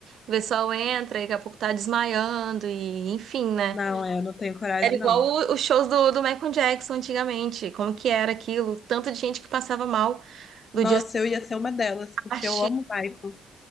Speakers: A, on the right (about 70°); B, on the left (about 40°).
A: O pessoal entra e daqui a pouco tá desmaiando e enfim, né?
B: Não, é, eu não tenho coragem,
A: Era igual
B: não.
A: o- os shows do, do Michael Jackson antigamente. Como que era aquilo? Tanto de gente que passava mal do
B: Nossa,
A: Just
B: eu ia ser uma delas, porque
A: Party.
B: eu amo o Michael.